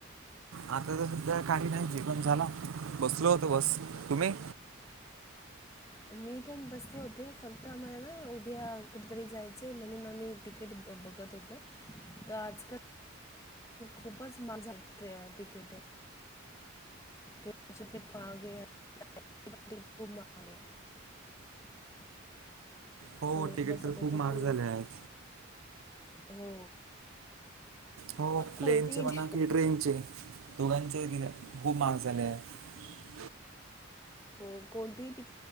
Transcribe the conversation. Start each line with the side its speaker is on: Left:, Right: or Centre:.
Right: आता तर सध्या काही नाही जेवण झाला बसलो होत बस तुम्ही
Left: मी पण बसते होते फक्त आम्हाला ना उद्या कुठेतरी जायचंय म्हणून आम्ही तिकीट बघत होत तर आजकाल खूपच मज्जा येत. <inaudible>
Right: हो
Left: तो
Right: तिकीट
Left: बसत
Right: तर
Left: होतो
Right: खूप महाग
Left: की
Right: झाले आहेत
Left: हो
Right: हो प्लेनचे
Left: कोणतीही
Right: म्हणा
Left: ति-
Right: कि ट्रेनचे <unintelligible>
Left: हो कोणतीही टिकिट